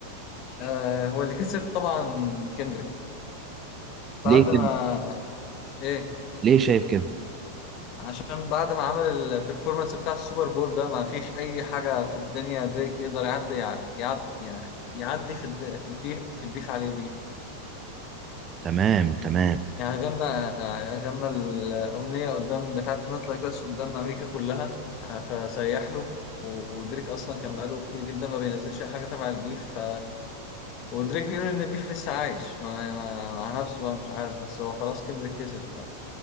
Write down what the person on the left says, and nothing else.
آه، هو اللي كسب طبعا كندريك
بعد ما
ايه
عشان بعد ما عمل البرفورمانس بتاع السوبر بول ده ما فيش اي حاجه في الدنيا دريك يقدر يعدي يعدي, يعدي في الد... في البيف في البيف عليه بيها
يعني غنى غنى الاغنيه قدام بتاعت نوت لايك اس قدام امريكا كلها آه، فسيح له ودريك اصلا كان بقاله كتير جدا ما بينزلش اي حاجه تبع البيف ف... ودريك بيقول ان البيف لسه عايش مع, مع نفسه بقى مش عارف بس هو خلاص كندريك كسب ف...